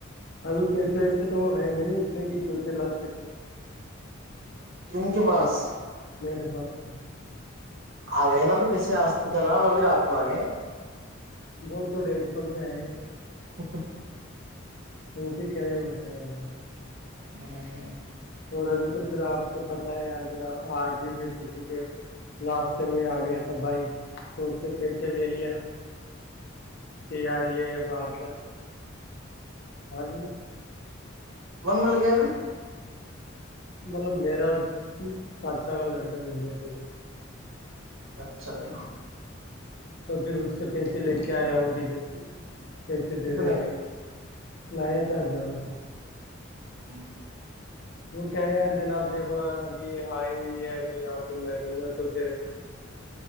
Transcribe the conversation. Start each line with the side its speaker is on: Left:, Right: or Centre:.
Left: ابھی پیسے ویسے تو ہے نہیں اتنے کہ جوتے لا سکے <unintelligible>
Right: کن کے پاس <unintelligible>
Left: میرے پاس تو <inaudible>
Right: آگین تو بسے آس تھا ن ابھی رات وگے <unintelligible>
Left: بہت تو ڈیڑھ سو روپئے آئے ہیں <unintelligible>
Right: اوکے س <inaudible>
Left: توے کیے ہو گ ا ملا <unintelligible>
Right: ہاں <inaudible>
Left: اور ابھی تو پھر آپ کو پتہ ہے یار جنا آج بھی میں کسی کے راستے میں آ گیا تھا بھائی تو اس سے پیسے لے لیا تیاری <unintelligible> یہ بات ہے <inaudible> ہاں جناب
Right: کون ب لگے میں <unintelligible>
Left: مطلب میرا چاچا کا لڑکا مل گیا تھ بلا <unintelligible>
Right: اچھا جنا <unintelligible>
Left: تو پھر اس سے پیسے لے کے آیا ہگی ج <unintelligible> کیسے دے
Right: کتنے
Left: دے بھائی <unintelligible> لیا تھا ہزار روپئے <unintelligible>
Right: ا <inaudible>
Left: وہ کہے ار جناب دیکھو ابھی آئی ہوئی ہے ابھی یہاں پہ محبوبا تو پھر